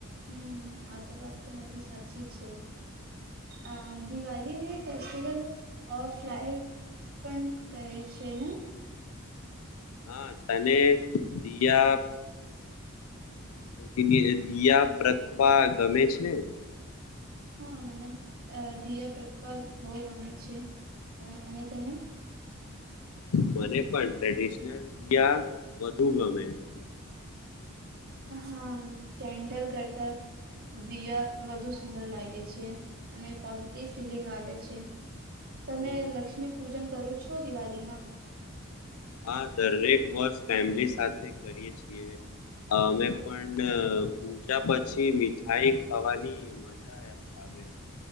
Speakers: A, on the right (about 45°); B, on the left (about 85°).
A: હમ આ તો વાત તમારી સાચી છે, આ દિવાલીને ફેસ્ટિવલ ઓ લઇટ પણ કહે છે ને.
B: હા તને દિયા <unintelligible> દિયા <unintelligible> ગમે છે.
A: હા મને દિયા <unintelligible> બહુ ગમે છે, અને તમે
B: મને પણ. ટ્રેડિશનલ યા વધુ ગમે.
A: હા કેન્ડલ કરતા દિયા વધુ સુંદર લાગે છે અને પોઝિટિવ ફિલિંગ આવે છે. તમે
B: હમ
A: લક્ષ્મી પૂજન કરો છો દિવાલીમાં?
B: હા દરેક વર્ષ ફેમલી સાથે કરીએ છીએ અમે પણ પૂજા પછી મીઠાઈ ખાવાની મજા આવે.